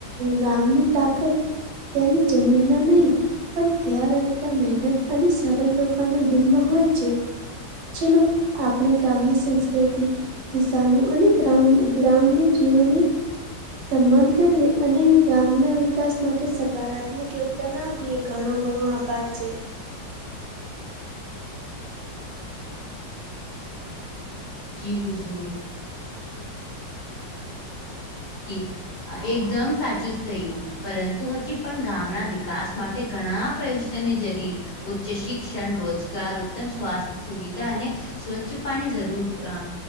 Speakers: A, on the right; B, on the left.
A: ગામની તાકત તેની જમીનના નહી. પણ ત્યાં રહેતા મહેનત અને સરળ લોકોના દિલમાં હોય છે. ચલો આપણે ગામની સંસ્કૃતિ કિસાનો અને ગ્રામ ગ્રામને જીવને સન્માન કરી અને ગામના વિકાસ માટે સકારાત્મક યોગદાન આપ- એ ઘણો ઘણો આભાર છે.
B: જી હજૂર <unintelligible> અ એકદમ સાચું જ થયું. પરંતુ હજી પણ ગામના વિકાસ માટે ઘણા પ્રયસની જરી ઉચ્ચ શિક્ષણ રોજગાર ઉત્તમ સ્વાસ્થ્ય સુવિધા અને સ્વચ્છ પાણી જરૂર અ